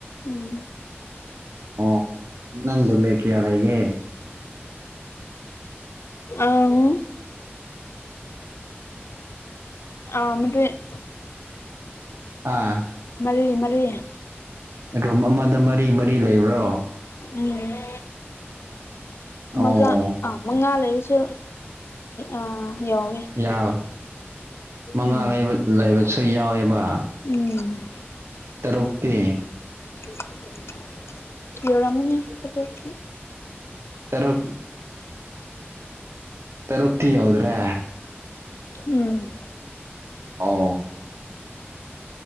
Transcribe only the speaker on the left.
ꯎꯝ
ꯑꯪ ꯑꯥ <inaudible>
ꯃꯔꯤ ꯃꯔꯤ
ꯎꯝ
ꯃꯒꯥ ꯑꯥ ꯃꯉꯥ ꯂꯩꯕꯁꯨ ꯑꯥ ꯌꯥꯎꯋꯦ
ꯎꯝ
ꯎꯝ
ꯀꯦꯁ <inaudible> ꯄꯤꯌꯔ ꯑꯃꯅꯤ ꯍꯥꯏ ꯄꯁꯤ <inaudible>
ꯎꯝ